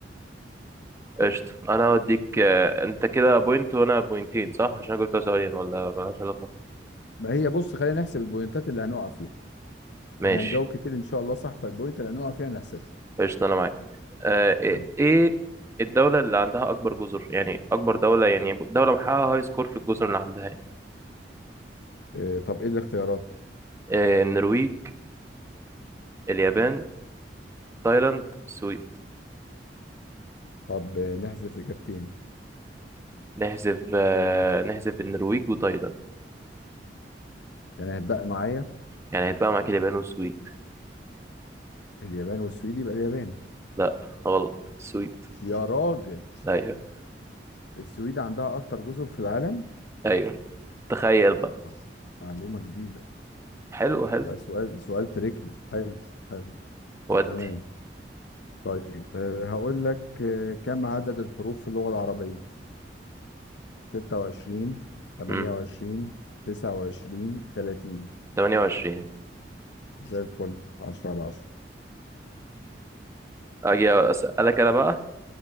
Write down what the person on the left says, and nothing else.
ما هي بص خلينا نحسب البوينتات اللي هنقع فيها
إحنا هنجاوب كتير إن شاء الله صح فالبوينت اللي هنقع فيها هنحسبها
تمام
آه طب إيه الاختيارات؟
طب آه، نحذف إجابتين
يعني هتبقى معايا
اليابان والسويد يبقى اليابان
يا راجل
السويد عندها أكتر جزر في العالم
آه، معلومة جديدة
ده سؤال سؤال تريكي حلو حلو
تمام طيب آه، هقول لك آه، كم عدد الحروف في اللغة العربية 26 28
29 30
زي الفل 10 على 10